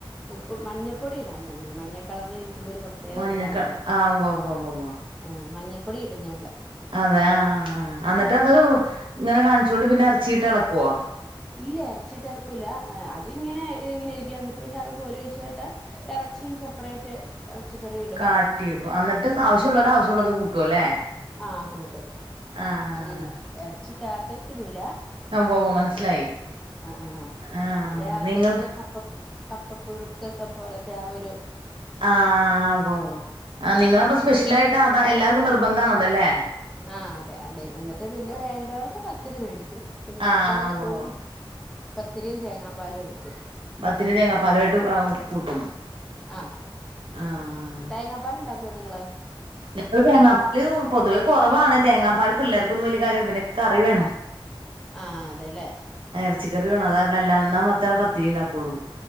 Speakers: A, in the centre; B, on the right.
A: ഉപ്പ് മഞ്ഞപ്പൊടി ഇടാൻ വേണങ്കി മഞ്ഞക്കളറിൽ ഇരിക്കുന്ന ഒരു പ്രത്യേകൊരിതാണല്ലോ
B: മഞ്ഞക്ക ആഹ് ഉവ്വ ഉവ്വ ഉവ്വ ഉവ്വ
A: ആഹ് മഞ്ഞപ്പൊടി ഇടും ഞങ്ങള്
B: അതെ ആ എന്നിട്ട് അത് ഇങ്ങനെ കാണിച്ചോണ്ട് പിന്നെ എറച്ചിട്ട് ഇളക്കുവോ
A: ഇല്ല എർച്ചിട്ട് എളക്കൂല്ല അതിങ്ങനെ ഇങ്ങനെ ഇരിക്കാ എന്നിട്ട് പിന്നെ അത് കോരി ഒഴിച്ചാ കേട്ട എർച്ചിയും സെപ്പറേറ്റ് എറച്ചി കറീം
B: കാട്ടി വെക്കും എന്നിട്ട് ആവശ്യാള്ളോര് ആവശ്യാള്ളത് കൂട്ടുവല്ലേ
A: ആഹ് കൂട്ടും
B: ആഹ്
A: അങ്ങനെയാ എറച്ചിക്കാത്തേക്കിടൂല
B: ആഹ് ഉവ്വ ഉവ്വ മനസ്സിലായി
A: ആഹ് ആഹ് ആഹ്
B: ആഹ്
A: ഇതിനാത്തീന്ന്
B: നിങ്ങള്
A: കപ്പ് പ്പ് കപ്പ പുഴുക്കൊക്കെ പോലത്തെ ആ ഒര്
B: ആഹ് ഉവ്വ ഉവ്വ ആഹ് നിങ്ങളപ്പം സ്പെഷ്യലായിട്ട് അതാ എല്ലാർക്കും നിർബന്ധാണ് അതല്ലെ
A: ആഹ് അതെ അല്ലെ എന്നിട്ട് പിന്നെ വേണ്ടവർക്ക് പത്തിരി മേടിക്കും പിള്ളേർക്കൊക്കെ
B: ആഹ് ഉവ്വ്
A: കൂടുലും
B: ഉവ്വ്
A: പത്തിരിയും തേങ്ങാ പാലും എടുക്കും
B: പത്തിരി തേങ്ങാ പാലുമായിട്ട് കൂട്ടും.
A: ആഹ്
B: ആഹ്
A: തേങ്ങാപ്പാല് ഉണ്ടാ നിങ്ങള്
B: ഞങ്ങള് തേങ്ങാപ്പാല് പൊതുവേ കുറവാണ് തേങ്ങാപ്പാല് പിള്ളേർക്കൊന്നും വലിയ കാര്യമില്ല പിന്നെ കറി വേണം.
A: ആഹ് അതേല്ലേ
B: ഇറച്ചിക്കറി വേണം അത് കാരണം എല്ലാം പത്തിരി ഉണ്ടാക്കുള്ളൂ.